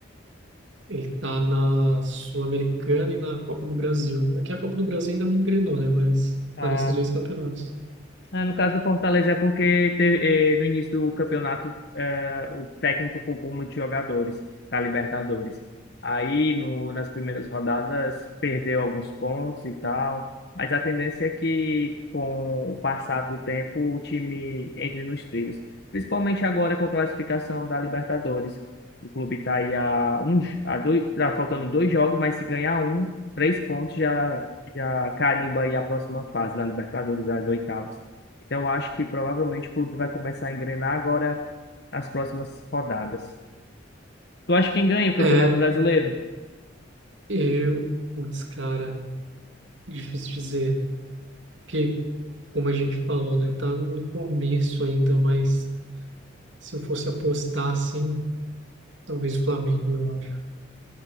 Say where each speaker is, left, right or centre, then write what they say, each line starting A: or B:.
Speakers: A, on the right; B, on the left.
A: Ele tá na Sul-Americana e na Copa do Brasil. Aqui a Copa do Brasil ainda não engrenou, né, mas
B: Ah,
A: tá nesses dois campeonatos.
B: Ah, No caso do Fortaleza é porque teve, eh, no início do campeonato eh, o técnico poupou muitos jogadores da Libertadores. Aí no, nas primeiras rodadas perdeu alguns pontos e tal, mas a tendência é que com o passar do tempo o time entre nos trilhos, principalmente agora com a classificação da Libertadores. O clube está aí a um, j- a dois, tá faltando dois jogos, mas se ganhar um, três pontos já já carimba aí a próxima fase da Libertadores, das oitavas. Então, eu acho que provavelmente o clube vai começar a engrenar agora nas próximas rodadas. Tu acha quem ganha o Campeonato
A: É,
B: Brasileiro?
A: eu, putz, cara. Difícil dizer, porque, como a gente falou, né, tá no começo ainda, mas se eu fosse apostar assim, talvez o Flamengo, eu acho.